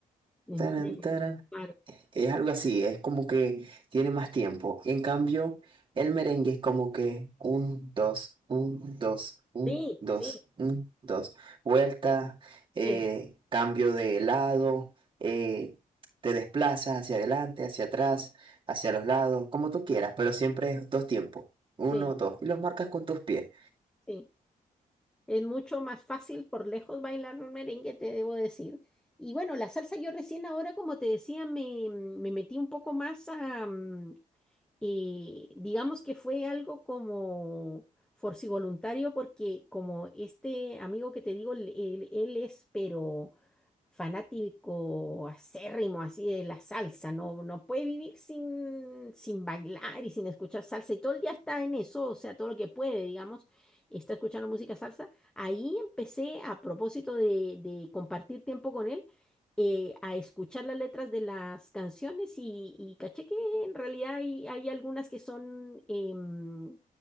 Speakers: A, in the centre; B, on the right.
A: Entiendo.
B: taran, taran.
A: Claro.
B: Es algo así, es como que tiene más tiempo. En cambio, el merengue es como que un, dos, un, dos, un,
A: Sí,
B: dos,
A: sí,
B: un, dos. Vuelta, eh,
A: sí,
B: cambio de lado, eh, te desplazas hacia adelante, hacia atrás, hacia los lados, como tú quieras, pero siempre es dos tiempos. Uno,
A: sí,
B: dos. Y los marcas con tus pies.
A: sí. Es mucho más fácil por lejos bailar un merengue, te debo decir. Y bueno, la salsa yo recién ahora, como te decía, me, me metí un poco más a, mm, eh, digamos que fue algo como forcivoluntario porque como este amigo que te digo, él, él- él es pero fanático acérrimo así de la salsa, no, no puede vivir sin, sin bailar y sin escuchar salsa y todo el día está en eso, o sea, todo lo que puede, digamos, está escuchando música salsa. Ahí empecé a propósito de de compartir tiempo con él eh, a escuchar las letras de las canciones y, y caché que en realidad hay, hay algunas que son em,